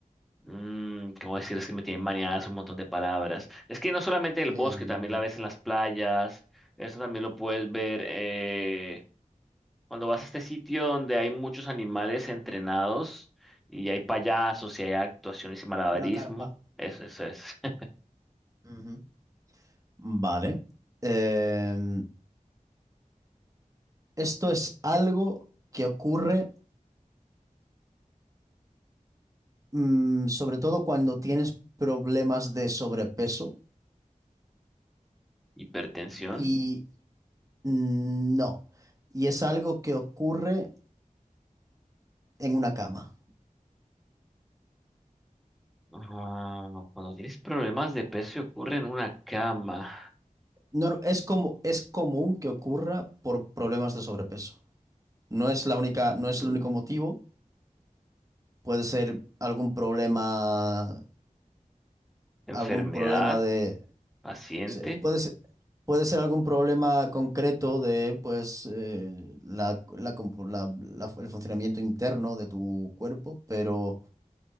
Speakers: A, in the centre; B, on the right.
A: mm, ¿cómo decir? Es que me tienen maniadas un montón de palabras. Es que no solamente en el
B: Em,
A: bosque, también la ves en las playas. Eso también lo puedes ver eh, cuando vas a este sitio donde hay muchos animales entrenados y hay payasos y hay actuaciones y malabarismo.
B: una carpa.
A: Eso, eso es. <laughs>
B: Ujú. Vale. Em, esto es algo que ocurre mm, sobre todo cuando tienes problemas de sobrepeso
A: Hipertensión.
B: y mm, no. Y es algo que ocurre en una cama.
A: Ah, cuando tienes problemas de peso y ocurre en una cama.
B: No, es como, es común que ocurra por problemas de sobrepeso. No es la única, no es
A: Mm.
B: el único motivo. Puede ser algún problema,
A: Enfermedad,
B: algún problema de...
A: paciente.
B: se- Puede ser, Puede ser algún problema concreto de, pues, eh, la, la compo- la- la- el funcionamiento interno de tu cuerpo, pero